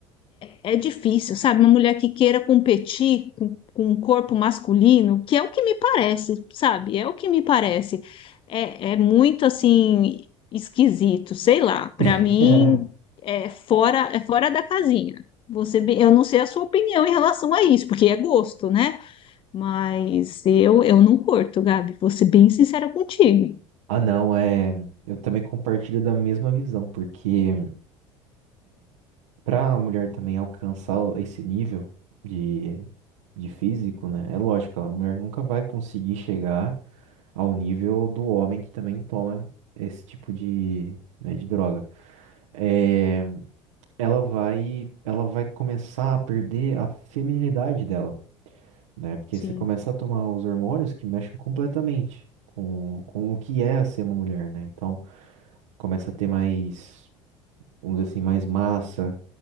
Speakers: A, on the left; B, on the right.
A: é difícil, sabe? Uma mulher que queira competir com, com um corpo masculino, que é o que me parece, sabe? É o que me parece. É, é muito assim esquisito, sei lá. Para
B: <laughs>
A: mim é fora é fora da casinha. Você, eu não sei a sua opinião em relação a isso, porque é gosto, né? Mas eu, eu não curto, Gabi. Vou ser bem sincera contigo.
B: Ah, não, é. Eu também compartilho da mesma visão, porque. Para a mulher também alcançar o- esse nível de, de físico, né? É lógico, a mulher nunca vai conseguir chegar ao nível do homem que também toma esse tipo de, né, de droga. É, ela vai, ela vai começar a perder a feminilidade dela, né? Porque
A: Sim,
B: você começa a tomar os hormônios que mexem completamente com, com o que é ser uma mulher, né? Então, começa a ter mais vamos dizer assim, mais massa.